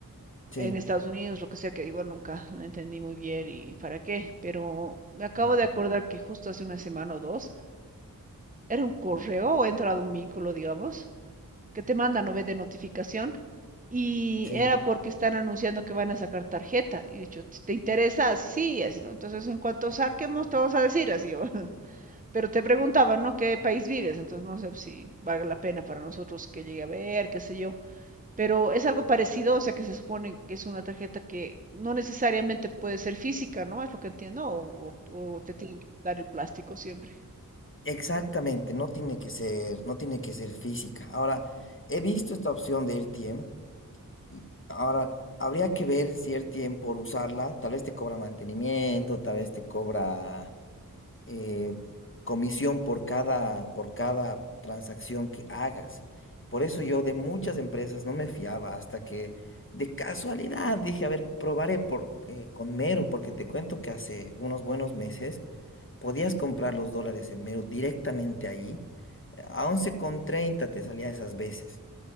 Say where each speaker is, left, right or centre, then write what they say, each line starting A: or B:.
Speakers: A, on the left; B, on the right.
A: Sí,
B: en Estados Unidos, lo que sea, que igual nunca lo entendí muy bien y para qué, pero me acabo
A: Ya.
B: de acordar que justo hace una semana o dos era un correo o he entrado un vínculo, digamos, que te mandan no ve de notificación y
A: sí.
B: era porque están anunciando que van a sacar tarjeta y dicho, ¿te interesa? Así sí, así no. Entonces, en cuanto saquemos, te vamos a decir así. <laughs> ¿o? Pero te preguntaban, ¿no? ¿Qué país vives? Entonces, no sé si valga la pena para nosotros que llegue a ver, qué sé yo pero es algo parecido, o sea que se supone que es una tarjeta que no necesariamente puede ser física, ¿no? Es lo que entiendo, o, o- o te tienen que dar el plástico siempre.
A: Exactamente, no tiene que ser, no tiene que ser física. Ahora, he visto esta opción de RTM y ahora habría que ver si RTM por usarla, tal vez te cobra mantenimiento, tal vez te cobra eh, comisión por cada, por cada transacción que hagas. Por eso yo de muchas empresas no me fiaba hasta que de casualidad dije, a ver, probaré por, eh, con Meru, porque te cuento que hace unos buenos meses podías comprar los dólares en Meru directamente ahí. eh, A once con treinta te salía esas veces.